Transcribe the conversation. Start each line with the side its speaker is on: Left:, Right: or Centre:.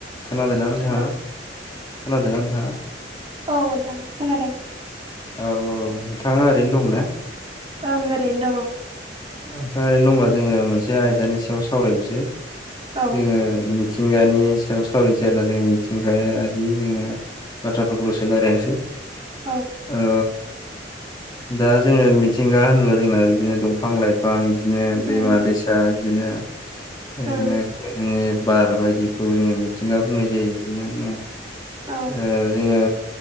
Left: खोनादोंना नोंथाङा?
Right: हेलौ
Left: खोनादोंना नोंथाङा?
Right: औ ओनथां खोनादों।
Left: औ औ नोंथाङा ओरैनो दं ना?
Right: ओं ओरैनो दङ।
Left: ओनथांआ ओरैनो दंब्ला जोङो मोनसे आयदानि सायाव सावरायनोसै
Right: दङ औ
Left: जोङो मि मिथिंगानि सायाव सावरायसै आरोना जों मिथिंगायारि जोङो बाथ्राफोरफोरखौल'सेल आरनोसै
Right: औ
Left: आ दा जोङो मिथिंगा होनोबा जोंना बिदिनो दंफां लाइफां बिदिनो
Right: उम
Left: दैमा दैसा दा इदिनो इदिनो
Right: उम
Left: गोद बार बायदिखौ जोङो मिथिंगा बुंनाय जायो इदिनो जोङो
Right: औ
Left: ओ जोङो